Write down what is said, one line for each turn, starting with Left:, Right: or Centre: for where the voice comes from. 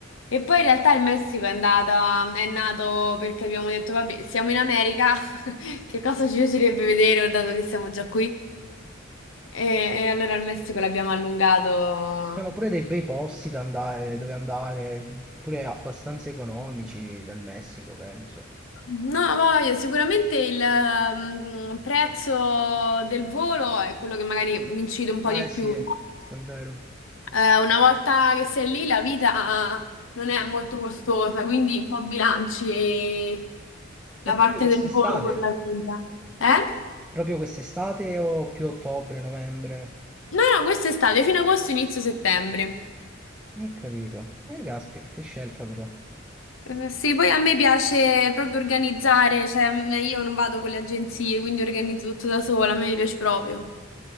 Left: E poi in realtà il Messico è andata, è nato perché abbiamo detto, vabbè, siamo in America, <laughs> che cosa ci piacerebbe vedere oh, dato che siamo già qui? E, e allora il Messico l'abbiamo allungato.
Centre: sono pure dei bei posti da andare, dove andare, pure abbastanza economici del Messico, penso.
Left: No, voglio, sicuramente il mm, prezzo del volo è quello che magari incide un po'
Centre: Eh,
Left: di
Centre: sì,
Left: più.
Centre: è vero.
Left: Eh, una volta che sei lì, la vita non è molto costosa, quindi un po' bilanci la
Centre: E proprio
Left: parte
Centre: quest'estate?
Left: del volo con la vita. Eh?
Centre: Proprio quest'estate o più ottobre, novembre?
Left: No, no, questo è estate, fino agosto, inizio settembre.
Centre: Non ho capito. Eh, caspita, che scelta però.
Left: Eh, Sì, poi a me piace proprio organizzare, cioè mm, io non vado con le agenzie, quindi organizzo tutto da sola, a me mi piace proprio.